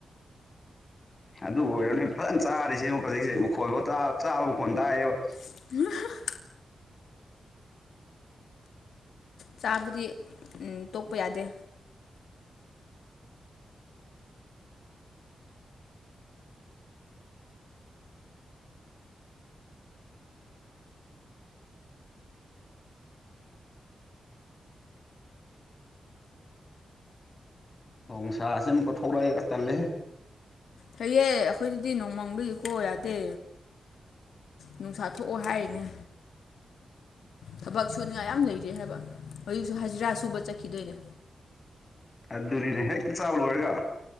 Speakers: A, on the left; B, on the left.
A: ꯑꯗꯨ ꯑꯣꯏꯔꯅꯤ ꯐꯖꯅ ꯆꯥꯔꯤꯁꯦ ꯌꯦꯡꯉꯣ ꯍꯧꯖꯤꯛꯁꯦ ꯃꯈꯣꯟꯐꯥꯎ ꯇꯥ ꯆꯥꯕ ꯃꯈꯣꯟ ꯇꯥꯏꯌꯦꯕ
B: <unintelligible> ꯆꯥꯕꯗꯤ ꯎꯝ ꯇꯣꯛꯄ ꯌꯥꯗꯦ
A: ꯅꯣꯡꯁꯥꯁꯦ ꯑꯃꯨꯛꯀ ꯊꯣꯛꯂꯛꯑꯦ ꯑꯁ ꯇꯜꯂꯦꯍꯦ
B: ꯐꯩꯌꯦ ꯑꯩꯈꯣꯏꯗꯗꯤ ꯅꯣꯡꯃꯪꯕꯒꯤꯀꯣ ꯌꯥꯗꯦ ꯅꯨꯡꯁꯥ ꯊꯣꯛꯑꯣ ꯍꯥꯏꯔꯤꯅꯦ ꯊꯕꯛ ꯁꯨꯅꯤꯉꯥꯏ ꯌꯥꯝ ꯂꯩꯔꯤ ꯍꯥꯏꯕ ꯍꯧꯖꯤꯛꯁꯨ ꯍꯖꯤꯔꯥ ꯁꯨꯕ ꯆꯠꯈꯤꯗꯣꯏꯅꯦ
A: ꯑꯗꯨꯅꯤꯅꯦ ꯍꯦꯛ ꯆꯥꯕ ꯂꯣꯏꯔꯒ